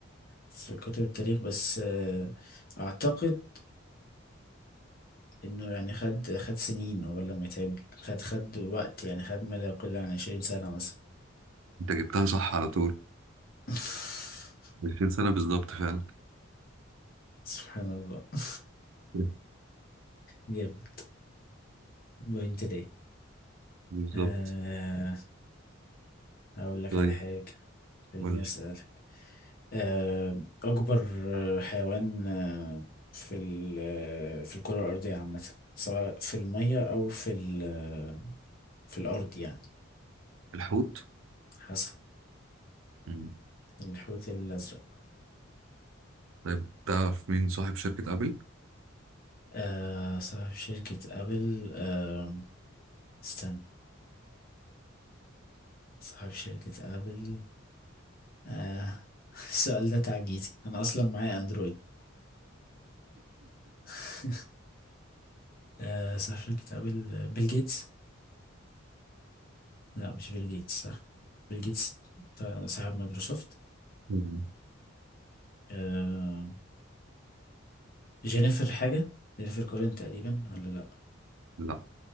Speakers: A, on the left; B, on the right.
A: في كتب التاريخ بس أه، اعتقد انه يعني خد خد سنين قبل لما يتعمل خد خد وقت يعني خد ما لا يقل عن عشرين سنة مثلا
B: انت جبتها صح على طول
A: <laughs>
B: 20 سنه بالظبط فعلا
A: سبحان الله <laughs>
B: <laughs>
A: جامد وانت ليه
B: بالظبط
A: أه هقول لك
B: طيب
A: على حاجة خليني
B: قول لي
A: اسألك آه، أكبر آه، حيوان آه، في ال- آه، في الكرة الأرضية عامة سواء في المية أو في ال- آه، في الأرض يعني
B: الحوت
A: حسب
B: مم.
A: الحوت الأزرق
B: طيب تعرف مين صاحب شركة أبل؟
A: آه، صاحب شركة أبل آه، استنى صاحب شركة أبل آه، <laughs> السؤال ده تعجيزي أنا أصلا معايا أندرويد <laughs> آه، صاحب شركة أبل آه، بيل جيتس لا مش بيل جيتس صح بيل جيتس بتاع- صاحب مايكروسوفت
B: مم.
A: آه، جينيفر حاجة جينيفر كولين تقريبا ولا لا
B: لا